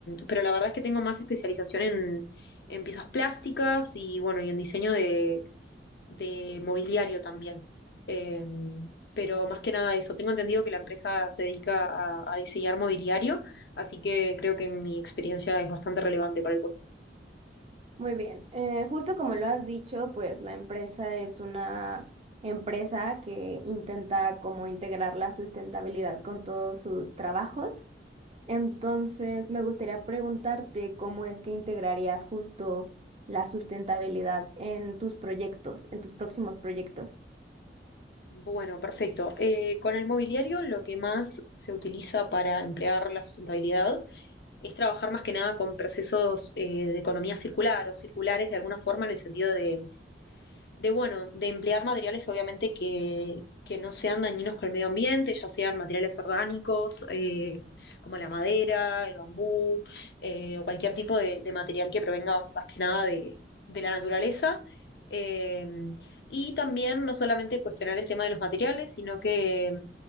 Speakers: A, on the left; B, on the right.
A: pero la verdad es que tengo más especialización en, en piezas plásticas y bueno, y en diseño de, de mobiliario también. Eh, pero más que nada eso, tengo entendido que la empresa se dedica a, a diseñar mobiliario, así que creo que mi experiencia es bastante relevante para el puesto.
B: Muy bien, eh, justo como lo has dicho, pues la empresa es una empresa que intenta como integrar la sustentabilidad con todos sus trabajos. Entonces, me gustaría preguntarte cómo es que integrarías justo la sustentabilidad en tus proyectos, en tus próximos proyectos.
A: Bueno, perfecto. Eh, con el mobiliario lo que más se utiliza para emplear la sustentabilidad es trabajar más que nada con procesos eh, de economía circular o circulares de alguna forma en el sentido de de bueno, de emplear materiales obviamente que, que no sean dañinos con el medio ambiente, ya sean materiales orgánicos, eh, como la madera, el bambú, eh, o cualquier tipo de, de material que provenga más que nada de, de la naturaleza. Eh, y también no solamente cuestionar el tema de los materiales, sino que